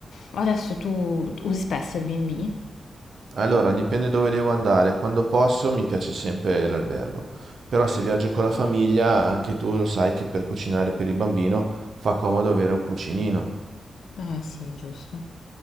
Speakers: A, on the left; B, on the right.
A: Adesso tu usi spesso il B&B?
B: Allora, dipende dove devo andare. Quando posso mi piace sempre l'albergo. Però se viaggio con la famiglia, anche tu lo sai che per cucinare per il bambino fa comodo avere un cucinino.
A: Eh sì, giusto.